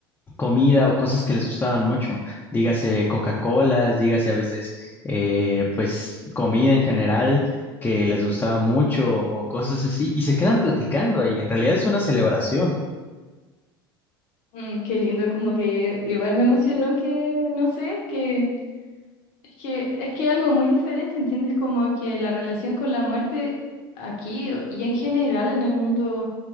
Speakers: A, on the left; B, on the left.
A: comida o cosas que les gustaban mucho, dígase Coca-Colas, dígase a veces eh, pues comida en general que les gustaba mucho o cosas así y se quedan platicando ahí. En realidad es una celebración.
B: Mm, qué lindo, como que igual me emocionó que, no sé, que es que es que algo muy diferente, ¿entiendes? Como que la relación con la muerte aquí y en general en el mundo